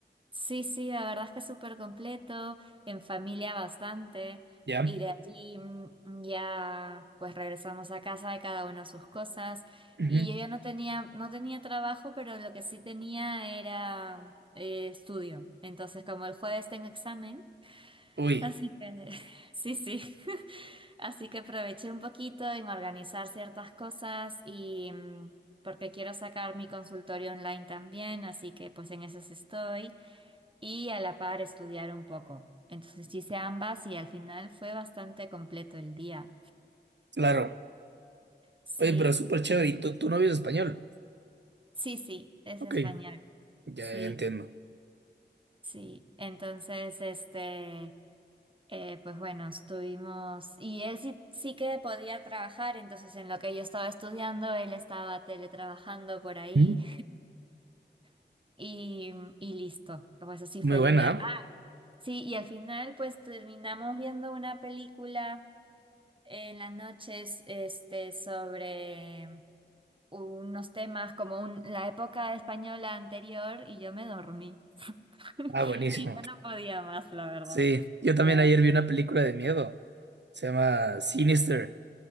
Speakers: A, on the right; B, on the right.
A: Sí, sí, la verdad es que es súper completo, en familia bastante,
B: ¿Ya?
A: y de allí mm, ya pues regresamos a casa de cada uno sus cosas,
B: Ujú.
A: y yo ya no tenía, no tenía trabajo, pero lo que sí tenía era eh, estudio, entonces como el jueves tengo examen,
B: Uy,
A: así que <laughs> sí, sí, así que aproveché un poquito en organizar ciertas cosas y... mm, porque quiero sacar mi consultorio online también, así que pues en eso sí estoy y a la par estudiar un poco. Entonces sí hice ambas y al final fue bastante completo el día.
B: claro.
A: Sí,
B: Oye, pero súper chévere. ¿Y tu, tu novio es español?
A: sí, sí, es
B: Ok,
A: español.
B: ya
A: Sí,
B: entiendo.
A: sí. Entonces, este, eh, pues bueno, estuvimos... Y él sí, sí que podía trabajar, entonces en lo que yo estaba estudiando, él estaba teletrabajando por ahí
B: Mm.
A: <laughs> y, y listo. Pues así
B: Muy
A: fue
B: buena,
A: el día.
B: ¿ah?
A: Ah, sí, y al final pues terminamos viendo una película. en las noches este, sobre unos temas como un- la época española anterior y yo me dormí, <laughs>
B: Ah, buenísimo.
A: que yo no podía más, la verdad.
B: Sí, yo también
A: Pero,
B: ayer vi una película de miedo. Se llama Sinister.